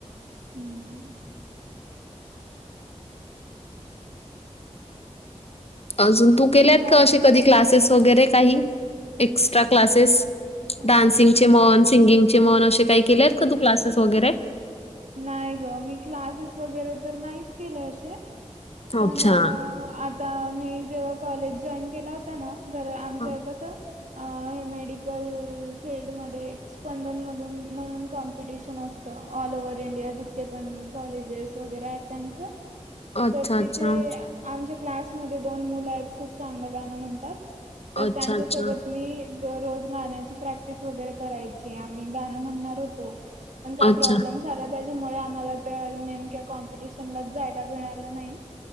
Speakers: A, on the right; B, on the left.
A: हम्म.
B: अजून तू केल्यात
A: काय
B: का
A: म्हणते?
B: अ कधी क्लासेस वगैरे काही एक्स्ट्रा क्लासेस
A: अ
B: डान्सिंगचे, मन सिंगिंगचे, मन असे काही केले आहेत का? तू क्लासेस वगैरे.
A: नाही ग मी क्लासेस वगैरे तर नाहीच केले असे. पण
B: अच्छा.
A: आता मी जेव्हा कॉलेज जॉईन केला होता ना. तर आमच्या
B: हं.
A: कस मेडिकल फीलल्डमध्येध्ये. स्पंदनमधून म्हणून कॉम्पिटिशन असतं ऑल ओव्ह इंडिया जथे पण कॉलेजेस वगैरे आहेत त्यांच
B: अच्छा,
A: तर तिथे
B: अच्छा.
A: आमच्या क्लासमध्ये दोन मुलं आहेत खूप चांगलं गाणं म्हणतात तर
B: अच्छा,
A: त्यांच्यासोबत
B: अच्छा.
A: मी रोज गाण्याची प्रॅक्टिस वगैरे करायची आम्ही गाणं म्हणणार होतो. पण काही
B: अच्छा.
A: प्रॉब्लेम् आला त्याच्यामुळे आम्हाला त्या नेमक्या कॉम्पिटिशनलाच जायला मिळालं नाही.